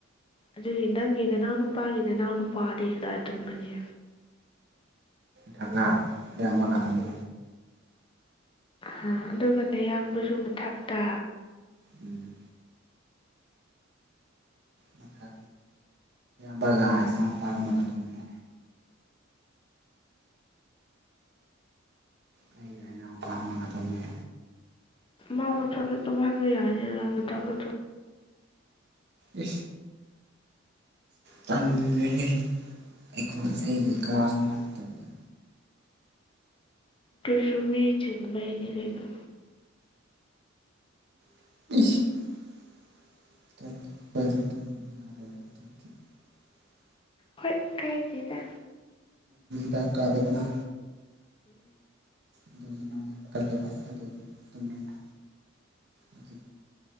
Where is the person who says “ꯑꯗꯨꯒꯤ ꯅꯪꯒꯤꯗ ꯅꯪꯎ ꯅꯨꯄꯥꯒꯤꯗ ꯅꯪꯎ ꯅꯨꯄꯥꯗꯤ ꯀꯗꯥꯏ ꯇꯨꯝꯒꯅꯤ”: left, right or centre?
Left